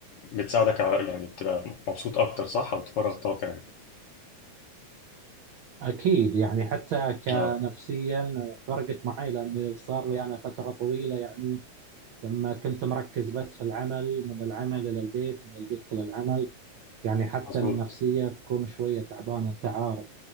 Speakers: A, on the left (about 65°); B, on the right (about 80°).
A: بتساعدك على يعني تبقى مبسوط اكتر صح او تفرغ طاقه يعني
B: أكيد يعني حتى كنفسيا
A: اه
B: فرقت معي لأن صار لي أنا فترة طويلة يعني لما كنت مركز بس في العمل من العمل إلى البيت من البيت إلى العمل يعني حتى
A: مظبوط
B: النفسية تكون شوية تعبانة أنت عارف